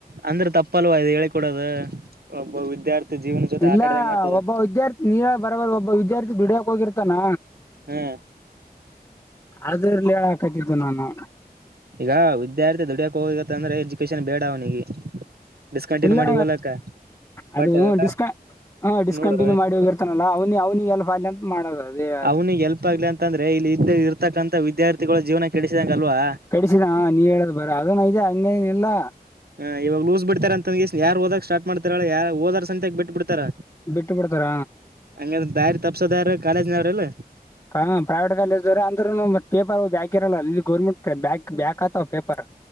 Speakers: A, on the right; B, on the left.
A: ಅಂದ್ರೆ ತಪ್ಪಲ್ವಾ ಇದು ಹೇಳಿ ಕೊಡೋದು ಒಬ್ಬ ವಿದ್ಯಾರ್ಥಿ ಜೀವನ ಜೊತೆ
B: ಇಲ್ಲಾ
A: ಆಟ ಆಡ್ದಂಗ ಆಗ್ತದ
B: ಒಬ್ಬ ವಿದ್ಯಾರ್ಥಿ ನೀಳ ಬರಬಾರು ಒಬ್ಬ ವಿದ್ಯಾರ್ಥಿ ದುಡಿಯಕ್ ಹೋಗಿರ್ತಾನ
A: ಹುಂ
B: ಅದರ್ಲ್ಲಿ ಹೇಳಾಕತಿದ್ದು ನಾನು
A: ಈಗ ವಿದ್ಯಾರ್ಥಿ ದುಡ್ಯಕ ಹೋಗಿತ್ತ ಅಂದ್ರೆ ಎಜುಕೇಶನ್ ಬೇಡಾ ಅವನಿಗೆ ಡಿಸ್ಕಂಟಿನ್ಯೂ
B: ಇಲ್ಲಾ
A: ಮಾಡಿ ಹೋಲಕ್ಕ
B: ಅದು
A: ಬಟ್
B: ಡಿಸ್ ಹ ಡಿಸ್ಕಂಟಿನ್ಯೂವ
A: ನೋಡು
B: ಮಾಡಿ ಹೋಗಿರ್ತ ತಲ್ಲಾ ಅವನಿ ಅವ್ನಿಗೆ ಎಲ್ ಅಲ್ ಮಾಡೋದು ಅದೇನ್
A: ಅವ್ನಿಗೆ ಹೇಲ್ಪ್ ಆಗ್ಲಿ ಅಂತಂದ್ರೆ ಇಲ್ಲಿ ಇದ್ದ ಇರ್ತಕ್ಕಂತ ವಿದ್ಯಾರ್ಥಿಗಳು ಜೀವನ ಕೆಡಿಸಿದಂಗ ಅಲ್ವಾ
B: ಕಡಿಸಿದ ನೀ ಹೇಳದು ಬರ ಅದು ನಿಜಾ ಹಂಗೇನಿಲ್ಲಾ
A: ಹಾ ಇವಾಗ ಲೂಸ್ ಬಿಡ್ತಾರ ಅಂದಂಗ ಯಾರ ಹೋದಾಗ ಸ್ಟಾರ್ಟ್ತಾರಳಾ ಯಾರ ಓದಾರ ಸಂತೆಗ್ ಬಿಟ್ಟ ಬಿಡ್ತಾರ
B: ಬಿಟ್ಟು ಬಿಡ್ತಾರ
A: ಅಂಗದರ ದಾರಿ ತಪಸದ ಯಾರ ಕಾಲೇಜನರ ಅಲ್ಲ.
B: ಹ ಪ್ರೈವೇಟ್ ಕಾಲೇಜ್ವ್ರ ಅಂದ್ರರುನು ಪೇಪರ್ ಬಕಿ ಇರಲ್ಲ ಇಲ್ಲಿ ಗೌರ್ಮೆಂಟ್ ಬ್ಯಾಕ್ ಬ್ಯಾಕ್ ಆತವ ಪೇಪರ್.